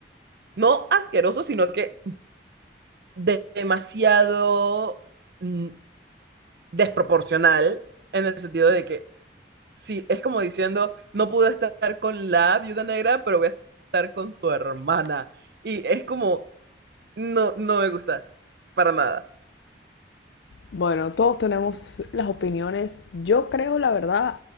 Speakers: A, on the right; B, on the left.
A: no asqueroso, sino que de- demasiado mm, desproporcional en el sentido de que, sí, es como diciendo, no pude estar con la viuda negra, pero voy a estar con su hermana. Y es como, no, no me gusta, para nada.
B: Bueno, todos tenemos las opiniones. Yo creo, la verdad,